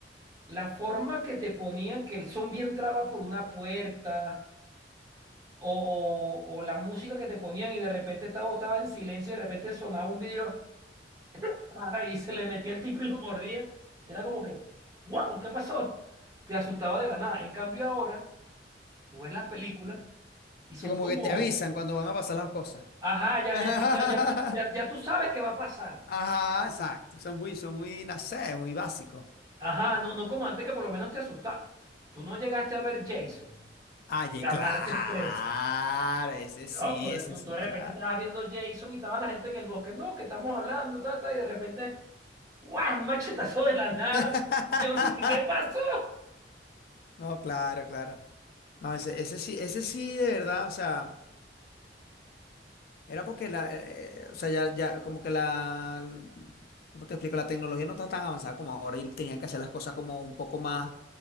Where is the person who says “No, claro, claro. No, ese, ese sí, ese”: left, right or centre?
Left